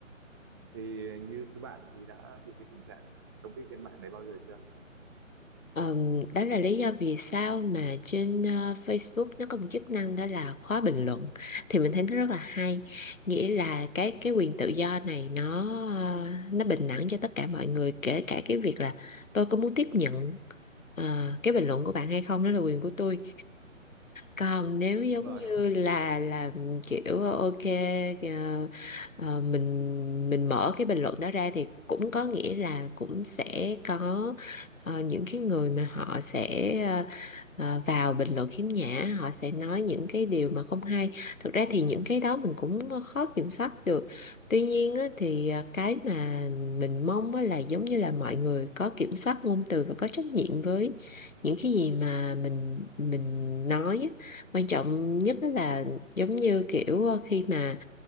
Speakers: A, on the right; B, on the left.
A: thì như bạn thì đã bị cái tình trạng công kích trên mạng này bao giờ chưa
B: Ờm, đó là lý do vì sao mà trên ờ, Facebook nó có một chức năng đó là khóa bình luận thì mình thấy nó rất là hay nghĩa là cái cái quyền tự do này nó ờ, nó bình đẳng cho tất cả mọi người kể cả cái việc là tôi có muốn tiếp nhận ờ, cái bình luận của bạn hay không đó là quyền của tôi còn nếu giống
A: đúng rồi
B: như
A: <laughs>
B: là là kiểu ok ờ, ờ, mình mình mở cái bình luận đó ra thì cũng có nghĩa là cũng sẽ có ờ, những cái người mà họ sẽ ờ, ờ, vào bình luận khiếm nhã họ sẽ nói những cái điều mà không hay thực ra thì những cái đó mình cũng khó kiểm soát được tuy nhiên á, thì ờ, cái mà mình mong á là giống như là mọi người có kiểm soát ngôn từ và có trách nhiệm với những cái gì mà mình mình nói á quan trọng nhất đó là giống như kiểu ờ, khi mà